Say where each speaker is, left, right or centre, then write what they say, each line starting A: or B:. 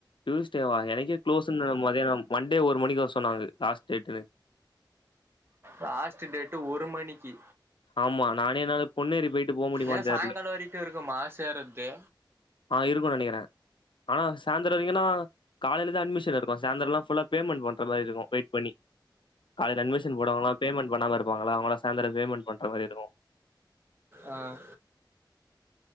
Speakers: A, on the left; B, on the right.
A: டியூஸ்டேவா எனக்கே க்ளோஸ்ன்னு மத்யானம் மண்டே ஒரு மணிக்கு வர சொன்னாங்க லாஸ்ட் டேட்டுன்னு
B: லாஸ்ட் டேட்டு ஒரு மணிக்கு
A: ஆமா நானே என்னால பொன்னேரி போயிட்டு போக முடியுமான்
B: ஏன்
A: தெர்ல
B: சாயங்காலம் வரைக்கும் இருக்குமா சேர்றது
A: ஆ இருக்கு நெனைக்கிறே ஆனா சாயந்தரோ வரிக்குன்னா காலையில தா அட்மிஷன் இருக்கு சாயந்தர எல்லா ஃபுல்லா பேமெண்ட் பண்ற மாரி இருக்கு வெயிட் பண்ணி காலைல அட்மிஷன் போட்டவங்களா பேமெண்ட் பண்ணாம இருப்பாங்களா அவங்களா சாயந்திர பேமண்ட் பண்ற மாரி இருக்கு
B: ஆ